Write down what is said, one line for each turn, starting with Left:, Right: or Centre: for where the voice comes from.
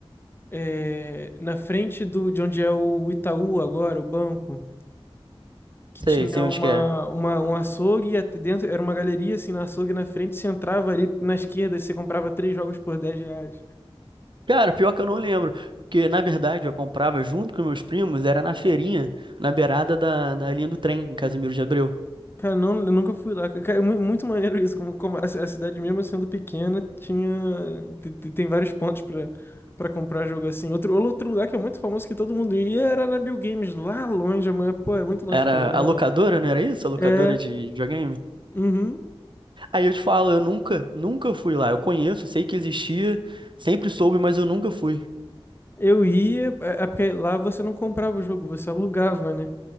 Left: é, na frente do, de onde é o Itaú agora, o banco? que
Right: Sei,
Left: tinha
Right: sei
Left: uma,
Right: onde que é.
Left: uma, um açougue e at- dentro era uma galeria assim no açougue na frente, você entrava ali na esquerda e você comprava três jogos por 10 reais.
Right: Cara, pior que eu não lembro. Porque, na verdade, eu comprava junto com meus primos, era na feirinha, na beirada da, da linha do trem, em Casimiro de Abreu.
Left: Cara, não, eu nunca fui lá. Cara, é mu- muito maneiro isso, como, como a, ci- a cidade mesmo sendo pequena tinha te- te- tem vários pontos para para comprar jogo assim. Outro outro lugar que é muito famoso que todo mundo ia era na Bill Games lá longe, mas pô, era muito longe
Right: Era
Left: pra eu, ir, eu não
Right: a
Left: ia
Right: locadora,
Left: não.
Right: não era isso? A locadora
Left: É,
Right: de videogame?
Left: uhum.
Right: Aí eu te falo, eu nunca, nunca fui lá. Eu conheço, sei que existia, sempre soube, mas eu nunca fui.
Left: Eu ia, é é porque lá você não comprava o jogo, você alugava, né?